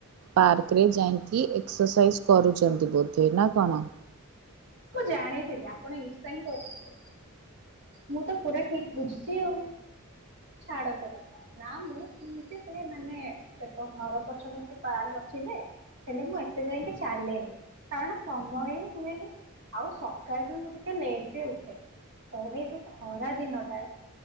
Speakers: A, on the right; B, on the right.
A: ପାର୍କରେ ଯାଇଁକି ଏକ୍ସରସାଇଜ କରୁଚନ୍ତି ବୋଧେ। ନାଁ କଣ?
B: ମୁଁ ଜାଣିଥିଲି ଆପଣ ଇର୍ସା ହିଁ କରୁଥୁବେ। ମୁଁ ତ ପୁରା ଠିକ ବୁଝିଚି ଆଉ। ଛାଡ଼ ସେ କଥା ନାଁ ମୁଁ କେମିତି ସେଇ ମାନେ ସେପ ଘର ପଛପଟେ ପାର୍କ ଅଛି ଯେ ହେଲେ ମୁଁ ଏତେ ଯାଇଁକି ଚାଲେନି କାରଣ ସମୟ ହଁ ହୁଏନି। ଆଉ ସକାଳେ ବି ମୁଁ ଟିକେ ଲେଟରେ ଉଠେ ତ ଏଇ ଯୋଉ ଖରା ଦିନଟା